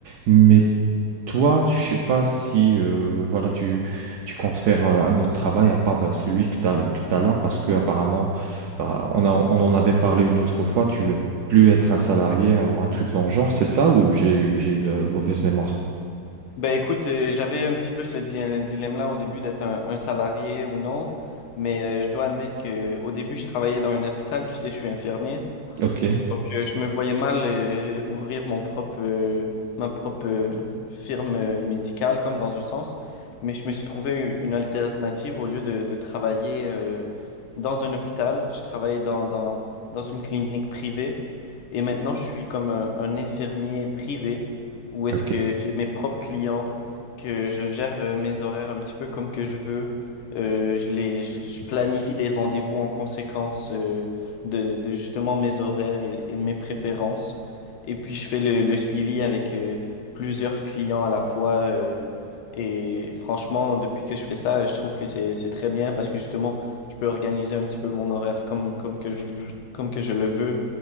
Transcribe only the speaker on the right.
Mais toi, je sais pas si euh, voilà tu tu comptes faire euh, un autre travail à part bah, celui que t'as que t'as là parce que apparemment bah, on a on en avait parlé une autre fois. Tu veux plus être un salarié ou un truc dans le genre, c'est ça ou j'ai j'ai une euh, mauvaise mémoire?
Ok,
ok,